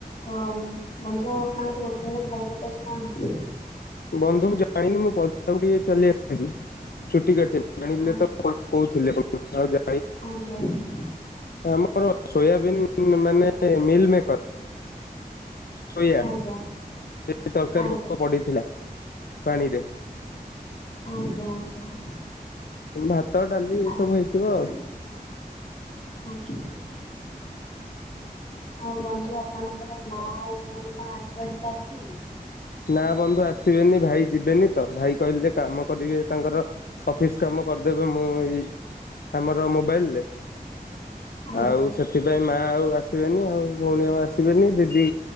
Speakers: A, on the left; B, on the left.
A: ତ ବନ୍ଧୁ ଆପଣଙ୍କ ଗୋଟେ ବେଳେ ଖାଇବାକୁ କଣ ହୋଇଛି?
B: ବନ୍ଧୁ ମୁଁ ଜାଣିନି ମୁଁ ପ ଟିକେ ଚାଲି ଆସିଛି ଚୁଟି କାଟିବା ପାଇଁ ଜାଣିଲେ
A: ହେଇଛି?
B: ତ କହୁ। <unintelligible>
A: ଆଜ୍ଞା ଆଜ୍ଞା।
B: ଆମର ସୋୟାବିନ୍ ମାନେ ମିଲ୍ ମିକର୍ ସୋୟା
A: ଆଜ୍ଞା ଆଜ୍ଞା
B: <unintelligible> ତରକାରୀ
A: ଆଜ୍ଞା
B: ପଡିଥିଲା। ପାଣି ରେ।
A: ଆଜ୍ଞା ଆଜ୍ଞା।
B: ଭାତ, ଡାଲି ଏ
A: ଆଜ୍ଞା ଆଜ୍ଞା
B: ସବୁ ହେଇଥିବ ଆଉ।
A: ଆଜ୍ଞା ହଁ ବନ୍ଧୁ ଆପଣଙ୍କର ମା ଆଉ ଭଉଣୀ କଣ ଆସିବାର ଥିଲା ଆସିଲେ?
B: ନା ବନ୍ଧୁ ଆସିବେନି। ଭାଇ ଯିବେନି ତ। ଭାଇ କହିଲେ ଯେ କାମ କରିବେ ତାଙ୍କର ଅଫିସ କାମ କରିଦେବେ ମୁଁ ଏଇ ଆମର ମୋବାଇଲରେ
A: ଆଜ୍ଞା
B: ଆଉ ସେଥିପାଇଁ ମା ଆଉ ଆସିବେନି। ଆଉ ଭଉଣୀ ଆସିବେନି ଦିଦି